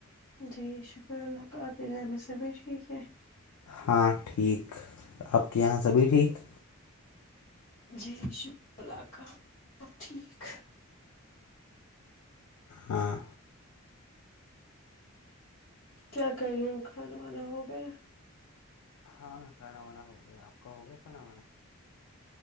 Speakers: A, on the left; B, on the left.
A: جی شکر اللہ کا آپ کے گھر میں سے بھی ٹھیک ہے
B: ہاں ٹھیک آپ کے یہاں سبھی ٹھیک
A: جی شک اللہ کا ملب ٹھیک
B: ہاں
A: کیا کری ہو کھانا وانا ہو گیا
B: کھان کاا روانہ ہو گیا آپ کا ہو گیا کھانا کانا